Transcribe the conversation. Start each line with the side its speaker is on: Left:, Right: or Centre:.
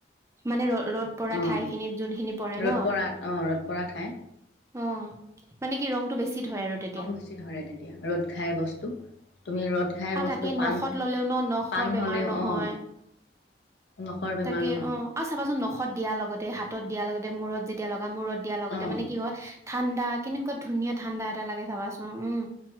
Right: মানে ৰ ৰ'দ পৰা
Left: অঁ
Right: ঠাইখিনিত, যোনখিনি পৰে
Left: ৰ'দ
Right: ন
Left: পৰাত অঁ ৰ'দ পৰা ঠাইত
Right: অ মানে কি ৰংটো বেছি ধৰে আৰু তেতিয়া
Left: ৰং বেছি ধৰে তেতিয়া, ৰ'দ ঘাই বস্তু--তুমি ৰ'দ ঘাই
Right: আৰু
Left: বস্তু
Right: তাকে নখত
Left: পাণ
Right: ললেও ন নখৰ
Left: পাণ
Right: বেমাৰ
Left: হ'লেও
Right: নহয়
Left: অ নখৰ বেমাৰ
Right: তাকে
Left: নহয়।
Right: অ আৰু চাবাচোন নখত দিয়া লগতে, হাতত দিয়াৰ লগতে মূৰত যেতিয়া লগ বা মূৰত দিয়াৰ লগতে
Left: অঁ
Right: মানে কি হয় ঠাণ্ডা--কেনেকুৱা ধুনীয়া ঠাণ্ডা এটা লাগে চাবাচোন। উম